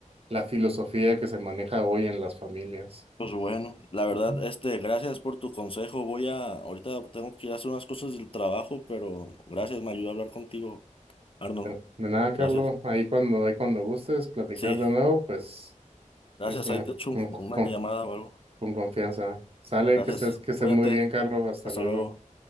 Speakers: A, on the right (about 45°); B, on the left (about 40°).
A: la filosofía que se maneja hoy en las familias.
B: Pues bueno, la verdad,
A: Ujú.
B: este, gracias por tu consejo. Voy a, ahorita tengo que ir a hacer unas cosas del trabajo, pero gracias, me ayudó a hablar contigo, Arno.
A: Pero, de nada, Carlos,
B: Gracias.
A: ahí cuando, ahí cuando gustes platicar
B: Sí,
A: de nuevo, pues
B: gracias.
A: es, eh,
B: Ahí te echo
A: con-
B: una
A: con-
B: llamada o algo.
A: con confianza. Sale,
B: Gracias.
A: que estés, que estés
B: Cuídate.
A: muy bien, Carlos. Hasta
B: Hasta
A: luego.
B: luego.